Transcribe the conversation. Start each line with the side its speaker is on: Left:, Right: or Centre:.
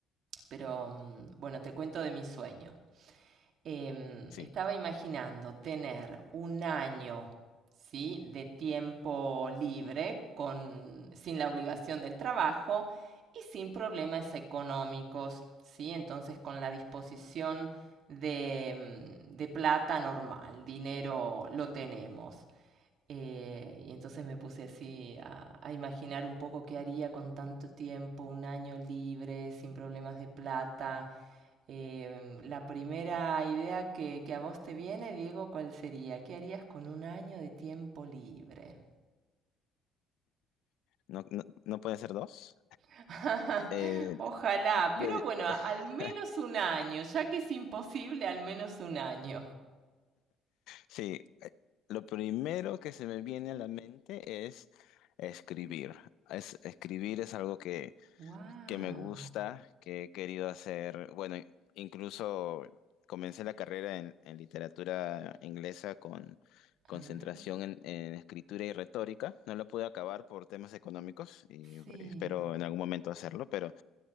Right: pero mm, bueno, te cuento de mi sueño. em,
Left: Sí,
Right: estaba imaginando tener un año, ¿sí? de tiempo libre con, sin la obligación del trabajo y sin problemas económicos, ¿sí? Entonces con la disposición de, mm, de plata normal, dinero lo tenemos. Eh, y entonces me puse así a, a imaginar un poco qué haría con tanto tiempo, un año libre, sin problemas de plata. Em, la primera idea que, que a vos te viene, Diego, ¿cuál sería? ¿Qué harías con un año de tiempo libre?
Left: no, no, no puede ser dos.
Right: <laughs>
Left: Eh,
Right: Ojalá,
Left: yo,
Right: pero
Left: <laughs>
Right: bueno, a- al menos un año, ya que es imposible, al menos un año.
Left: sí, eh, lo primero que se me viene a la mente es escribir. Es, escribir es algo que
Right: Wow.
Left: que me gusta, que he querido hacer. Bueno, incluso comencé la carrera en, en literatura inglesa con concentración
Right: Ah,
Left: en, en escritura y retórica. No la pude acabar por temas económicos y
Right: sí,
Left: espero en algún momento hacerlo, pero